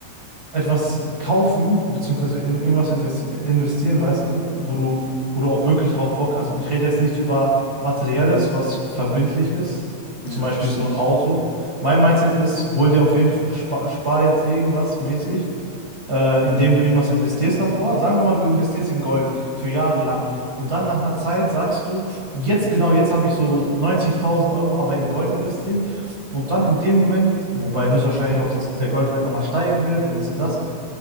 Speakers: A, on the right; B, on the left.
A: etwas kaufen, beziehungsweise in irgendwas invest investieren, weißt du, wo du, wo du auch wirklich drauf Bock hast. Und ich rede jetzt nicht über Materielles, was verbindlich ist, zum
B: ja,
A: Beispiel
B: verstehe
A: so ein
B: ich.
A: Auto. Mein Mindset ist, hol dir auf jeden Fall, spar, spar jetzt irgendwas mäßig, äh, indem du irgendwas investierst davor. Sagen wir mal, du investierst in Gold für Jahre lang. Und dann nach einer Zeit sagst du, jetzt genau, jetzt habe ich so 90.000 Euro, aber in Gold investiert. Und dann in dem Moment, wobei höchstwahrscheinlich auch das, der Goldwert nochmal steigen wird und dies und das,